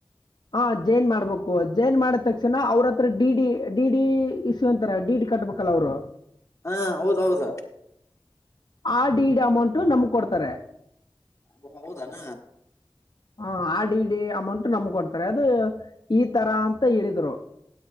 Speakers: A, on the left; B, on the left.
A: ಹಾ ಜೈನ್ ಮಾಡ್ಬೇಕು ಜೈನ್ ಮಾಡಿದ ತಕ್ಷಣ ಅವ್ರ ಹತ್ರ ಡಿಡಿ ಡಿಡಿ ಇಸ್ಯೂ ಅಂತರ ಡಿಡಿ ಕಟ್ಬೇಕಲ್ಲ ಅವರು
B: ಹಾ ಹೌದೌದ
A: ಆ ಡಿಡ್ ಅಮೌಂಟನಮ್ ಕೊಡ್ತಾರೆ
B: ಅ ಹೌದಾನ
A: ಹ ಆ ಡಿ ಡಿ ಅಮೌಂಟ್ ನಮ್ ಕೊಡ್ತಾರೆ ಅದು ಈ ತರಾ ಅಂತ ಹೇಳಿದರು